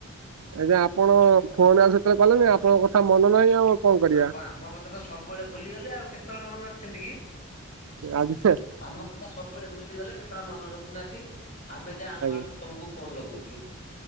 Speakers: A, on the right (about 80°); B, on the left (about 35°).
A: ଆଜ୍ଞା ଆପଣ ଫୋନ ଆଉ ସେତେବେଳେ କଲେନି ଆପଣଙ୍କ କଥା ମନ ନାହିଁ ଆଉ। କଣ କରିବା
B: ଆପ ଆମ କଥା ତ ସବୁବେଳେ ଭୁଲିଗଲେ ଆଉ କେତେବେଳେ ମନେ ରଖିଛନ୍ତି କି?
A: ଏ <unintelligible>
B: ଆମ କଥା ସବୁବେଳେ ଭୁଲିଗଲେ କେତେବେଳେ ମନ ରଖୁନାହାନ୍ତି ଆମେ ଯା ଆମ
A: ଆଜ୍ଞା
B: ଆଡ଼ୁ ତମକୁ ଫୋନ ଲଗଉଛୁ।